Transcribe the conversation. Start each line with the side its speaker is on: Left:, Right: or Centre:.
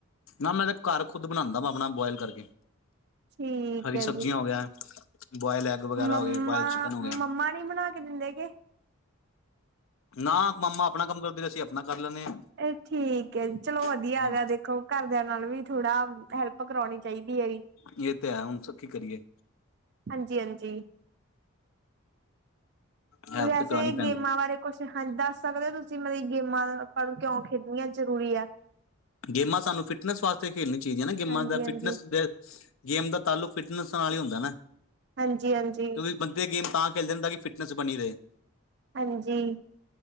Left: ਨਾ, ਮੈਂ ਤਾਂ ਘਰ ਖੁਦ ਬਣਾਉਂਦਾ ਵਾ, ਆਪਣਾ ਬੋਆਇਲ ਕਰਕੇ
Right: ਠੀਕ
Left: ਹਰੀ
Right: ਹੈ
Left: ਸਬਜ਼ੀਆਂ
Right: ਜੀ
Left: ਹੋ ਗਿਆ ਬੋਇਲ ਐਗ ਵਗੈਰਾ
Right: ਮੰਮਾ,
Left: ਹੋ ਗਏ ਬੋਇਲ ਚਿਕਨ ਹੋ ਗਿਆ
Right: ਮੰਮਾ ਨੀ ਬਣਾ ਕੇ ਦਿੰਦੇ ਗੇ
Left: ਨਾ ਮੰਮਾ ਆਪਣਾ ਕੰਮ ਕਰਦੇ ਅਸੀਂ ਆਪਣਾ ਕਰ ਲੈਂਦੇ ਹਾਂ
Right: ਇਹ ਠੀਕ ਹੈ, ਚਲੋ ਵਧੀਆ
Left: ਹੂੰ,
Right: ਹੈਗਾ ਦੇਖ ਘਰਦਿਆਂ ਨਾਲ ਵੀ ਥੋੜਾ, ਹੈਲਪ ਕਰਾਉਣੀ ਚਾਹੀਦੀ ਹੈ ਜੀ
Left: ਇਹ ਤਾਂ ਹੈ, ਹੁਣ ਸ ਕੀ ਕਰੀਏ
Right: ਹਾਂਜੀ-ਹਾਂਜੀ,
Left: ਹੈਲਪ
Right: ਵੈਸੇ
Left: ਤੇ ਕਰਾਣੀ ਪੈਂਦੀ
Right: ਗੇਮਾਂ ਬਾਰੇ ਕੁਛ, ਹਾਂਜੀ ਦੱਸ ਸਕਦੇ ਹੋ ਤੁਸੀਂ ਮਤਰੀ ਗੇਮਾਂ ਕਿਉਂ ਖੇਡਣੀਆਂ ਜ਼ਰੂਰੀ ਹੈ।
Left: ਗੇਮਾਂ ਸਾਨੂੰ ਫਿਟਨੈਸ ਵਾਸਤੇ ਖੇਲੀਆਂ ਚਾਹੀਦੀਆਂ ਨਾ, ਗੇਮਾਂ
Right: ਹਾਂਜੀ-ਹਾਂਜੀ,
Left: ਦਾ ਫਿਟਨੈਸ ਦੇ ਗੇਮ ਦਾ ਤਾਲੁਕ ਫਿਟਨਸ ਨਾਲ ਹੀ ਹੁੰਦਾ ਨਾ
Right: ਹਾਂਜੀ ਹਾਂਜੀ।
Left: ਕਿਉਂਕਿ ਬੰਦੇ ਗੇਮ ਤਾਂ ਖੇਲਦੇ ਤਾਂ ਕਿ ਫਿਟਨੈਸ ਬਣੀ ਰਹੇ
Right: ਹਾਂਜੀ,